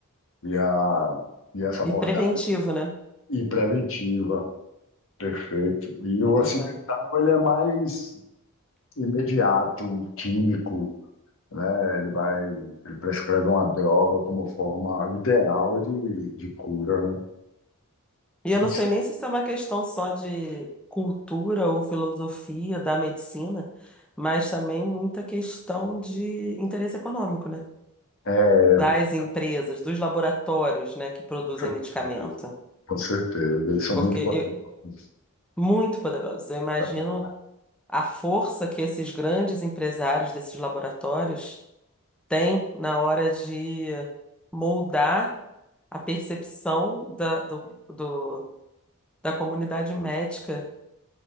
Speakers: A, on the left; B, in the centre.
A: E, a, e essa abordagem
B: E preventivo, né?
A: e preventiva, perfeito. E
B: É
A: o
B: verdade.
A: ocidental, ele é mais imediato, químico, né? Ele vai, ele prescreve uma droga como forma ideal de, de cura, né?
B: E eu
A: Não
B: não
A: sei.
B: sei nem se isso é uma questão só de cultura ou filosofia da medicina, mas também muita questão de interesse econômico, né?
A: É,
B: Das empresas,
A: com
B: dos laboratórios, né, que produzem
A: certeza.
B: medicamento.
A: Com certeza, eles são
B: Porque
A: muito poderosos.
B: eu, muito poderosos. Eu imagino
A: É,
B: a força que esses grandes empresários desses laboratórios têm na hora de moldar a percepção da, do, do- da comunidade médica